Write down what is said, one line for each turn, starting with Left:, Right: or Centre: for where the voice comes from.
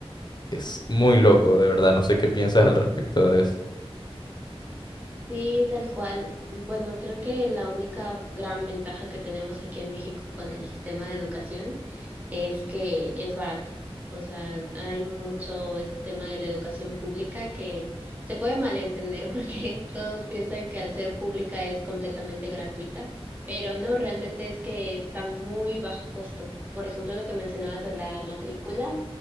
Left: Es muy loco, de verdad. No sé qué piensas al respecto de eso.
Right: Sí, tal cual. Bueno, creo que la única gran ventaja que tenemos aquí en México con el sistema de educación es que es barato. O sea, hay mucho este tema de la educación pública que se puede malentender porque <laughs> todos piensan que al ser pública es completamente gratuita, pero no, realmente es que es a muy bajo costo. Por ejemplo, lo que mencionabas de la matrícula,